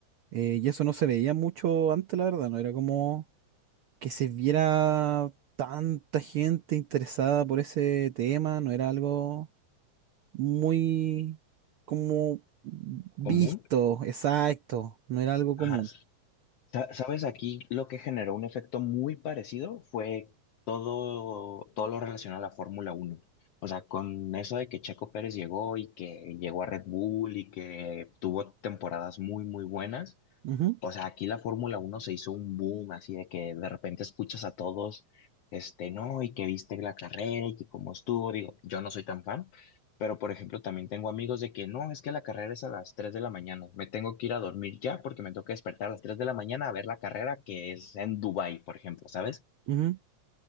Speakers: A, on the right; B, on the left.
A: Eh, y eso no se veía mucho antes, la verdad, no era como que se viera tanta gente interesada por ese tema, no era algo muy como visto,
B: común.
A: exacto, no era algo
B: Ajá.
A: común.
B: Sa- ¿Sabes? Aquí lo que generó un efecto muy parecido fue todo, todo lo relacionado a la Fórmula uno O sea, con eso de que Checo Pérez llegó y que llegó a Red Bull y que tuvo temporadas muy, muy buenas.
A: Ujú,
B: O sea, aquí la Fórmula Uno se hizo un boom, así de que de repente escuchas a todos, este, no, y que viste la carrera y que cómo estuvo. Digo, yo no soy tan fan, pero por ejemplo, también tengo amigos de que no, es que la carrera es a las 3 de la mañana, me tengo que ir a dormir ya porque me toca despertar a las 3 de la mañana a ver la carrera que es en Dubái, por ejemplo, ¿sabes?
A: ujú.